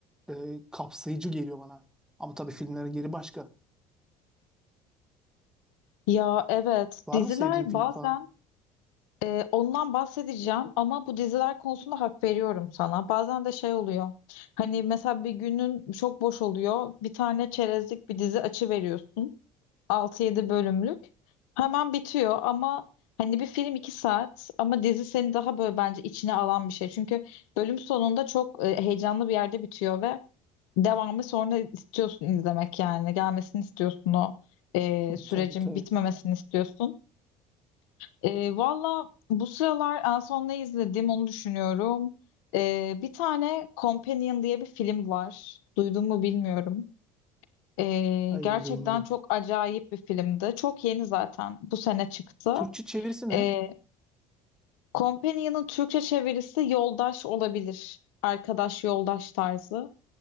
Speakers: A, in the centre; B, on the left.
A: e, kapsayıcı geliyor bana. Ama tabii filmlerin yeri başka.
B: Ya evet.
A: Var
B: Diziler
A: mı sevdiğin film
B: bazen
A: falan?
B: e, ondan bahsedeceğim ama bu diziler konusunda hak veriyorum sana. Bazen de şey oluyor. Hani mesela bir günün çok boş oluyor. Bir tane çerezlik bir dizi açı veriyorsun. Altı yedi bölümlük. Hemen bitiyor ama hani bir film 2 saat ama dizi seni daha böyle bence içine alan bir şey. Çünkü bölüm sonunda çok e, heyecanlı bir yerde bitiyor ve devamı sonra istiyorsun izlemek yani. Gelmesini istiyorsun o e,
A: <laughs>
B: sürecin
A: Tabii tabii.
B: bitmemesini istiyorsun. E, valla bu sıralar en son ne izledim onu düşünüyorum. E, bir tane Companion diye bir film var. Duydun mu bilmiyorum. Ee,
A: Hayır
B: gerçekten
A: duymadım.
B: çok acayip bir filmdi. Çok yeni zaten. Bu sene çıktı.
A: Türkçe çevirisi ne?
B: Ee, Companion'ın Türkçe çevirisi yoldaş olabilir. Arkadaş yoldaş tarzı.